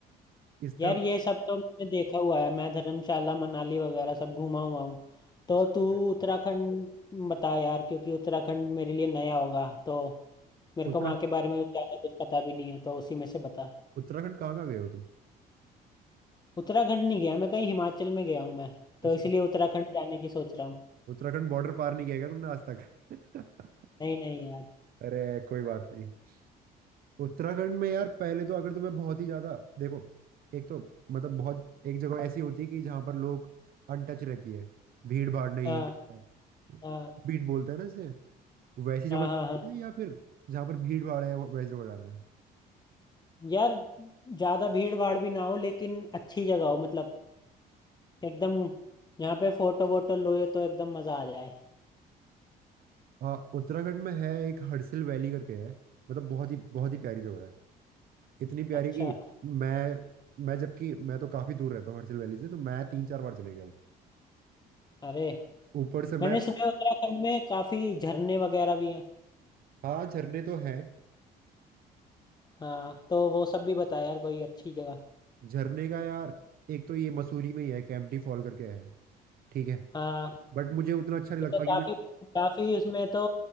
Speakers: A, on the right (about 60°); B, on the left (about 25°).
A: इस तरफ
B: यार ये सब तो मैंने देखा हुआ है मैं धर्मशाला मनाली वगैरह सब घूमा हुआ हूँ तो
A: अच्छा
B: तू
A: अच्छा।
B: उत्तराखंड बता यार क्योंकि उत्तराखंड मेरे लिए नया होगा तो मेरे
A: उत्तरा
B: को वहाँ के बारे में ज़्यादा कुछ पता भी नहीं है तो उसी में से बता
A: उत्तराखंड कहाँ कहाँ गए हो तुम
B: उत्तराखंड नहीं गया मैं कहीं हिमाचल में गया हूँ मैं तो
A: अच्छा
B: इसलिए उत्तराखंड जाने की सोच रहा हूँ
A: उत्तराखंड बॉर्डर पार नहीं किया क्या तुमने आज तक <laughs>
B: नहीं नहीं यार
A: अरे कोई बात नहीं उत्तराखंड में यार पहले तो अगर तुम्हें बहुत ही ज्यादा देखो एक तो मतलब बहुत एक जगह ऐसी होती है कि जहां पर लोग अनटच रहती है भीड़ भाड़ नहीं
B: हाँ
A: है
B: हाँ
A: बीट बोलते हैं ना जैसे वैसी जगह
B: हाँ
A: जाना
B: हाँ हाँ
A: है या फिर जहां पर भीड़ भाड़ है वो- वैसी जगह जाना है
B: यार ज़्यादा भीड़ भाड़ भी ना हो लेकिन अच्छी जगह हो मतलब एकदम यहाँ पे फोटो वोटो लोए तो एकदम मज़ा आ जाए
A: हाँ उत्तराखंड में है एक हडसिल वैली करके है मतलब बहुत ही बहुत ही प्यारी जगह है इतनी प्यारी
B: अच्छा
A: कि मैं मैं जबकि मैं तो काफी दूर रहता हूँ हडसिल वैली से तो मैं तीन चार बार चले गया
B: अरे
A: ऊपर से मैं
B: मैंने सुना है उत्तराखंड में काफी झरने वगैरह भी हैं
A: हाँ झरने तो हैं
B: हाँ तो वो सब भी बताया यार कोई अच्छी जगह
A: झरने का यार एक तो ये मसूरी में ही है कैंपटी फॉल करके है ठीक है
B: हाँ
A: बट मुझे उतना अच्छा नहीं
B: वो
A: लगता
B: तो
A: क्योंकि
B: काफी काफी उसमें तो